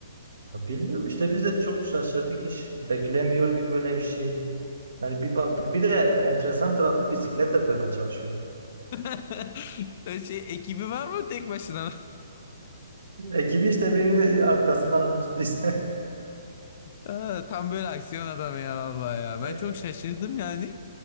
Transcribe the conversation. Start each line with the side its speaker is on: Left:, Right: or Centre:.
Right: Ya Bilmiyorum işte biz de çok şaşırdık hiç beklemiyorduk böyle bir şey. Yani bir baktık bir de enteresan tarafı bisikletle soymaya çalışıyordu.
Left: <laughs> Şey ekibi var mı tek başına?
Right: Ekibi işte birini arkasına almış <laughs> işte.
Left: Aa, tam böyle aksiyon adamı ya vallahi ya.
Right: Yani
Left: Ben çok şaşırdım yani.